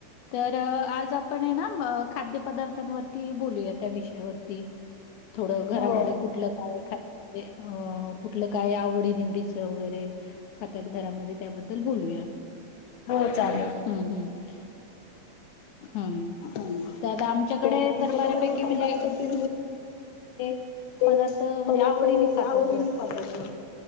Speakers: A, on the left; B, on the left.
A: तर आज आपण हे ना खाद्यपदार्थांवरती बोलूया त्या विषयावरती थोडं घरामध्ये
B: हो
A: कुठलं काय खा ते अ कुठलं काय आवडी निवडीच वगैरे खातात घरामध्ये त्याबद्दल बोलूया ह
B: हो चालेल
A: हम्म हम्म हम्म
B: ह
A: त्यात आमच्याकडे
B: आता आमच्याकडे
A: तर बऱ्यापैकी
B: पर
A: म्हणजे
B: बारापैकी
A: ते
B: ते
A: पदार्थ म्हणजे
B: पर
A: आवडीने
B: तो
A: खातात
B: आवडी
A: जास्त
B: नि खातच
A: असं